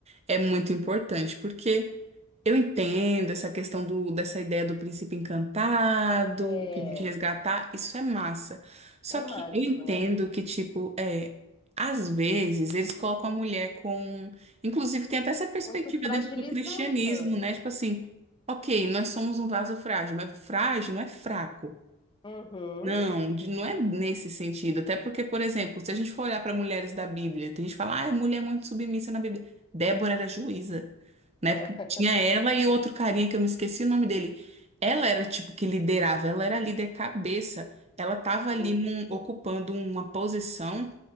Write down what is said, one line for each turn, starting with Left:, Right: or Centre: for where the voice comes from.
Right: É muito importante, porque eu entendo essa questão do, dessa ideia do príncipe encantado,
Left: é,
Right: que vem te resgatar, isso é massa. Só
Left: é mágico,
Right: que eu entendo
Left: né?
Right: que, tipo, é, às vezes eles colocam a mulher com. Inclusive, tem até essa perspectiva
Left: Muito fragilizada.
Right: dentro do cristianismo, né? Tipo assim, ok, nós somos um vaso frágil, mas frágil não é fraco.
Left: Uhum,
Right: Não, de- não é nesse sentido. Até porque, por exemplo, se a gente for olhar para mulheres da Bíblia, tem gente que fala, ah, a mulher é muito submissa na Bíblia. Débora era juíza. Na
Left: é,
Right: época tinha ela
Left: <laughs>
Right: e outro carinha que eu me esqueci o nome dele. Ela era tipo que liderava, ela era a líder cabeça. Ela tava ali
Left: sim.
Right: num- ocupando uma posição